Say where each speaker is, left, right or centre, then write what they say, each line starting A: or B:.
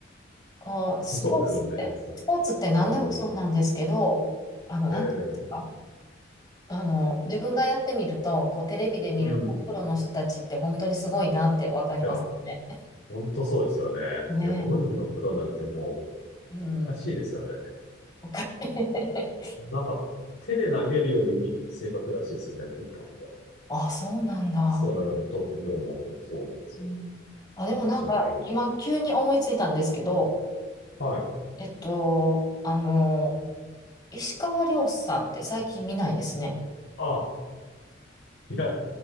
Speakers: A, on the left (about 20°); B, on the left (about 75°).
A: こう、
B: そうですよね。
A: スポーツって、
B: そう、
A: スポーツって何でもそうなんですけど、
B: うん。
A: あの、なんていうんですか
B: ええ
A: あの、自分がやってみると、こう、テレビで見るプロの人たちって本当にすごいなってわかりますね。
B: うん。いや、本当そうですよね。
A: ね
B: いや、ゴルフのプロなんても
A: え。うん。
B: う、おかしいですよ、あれ。
A: わかる
B: なんか、手で投げるより正確らしいですよね、打った方が。
A: <laughs> あ、そうなんだ。
B: そう、トッププロになるとそうなんですよ。
A: うんあ、
B: ちょっと信じられないですね。
A: でもなんか、今急に思いついたんですけど、
B: はい。
A: えっと、あの、石川遼さんって最近見ないですね。
B: あ、いや、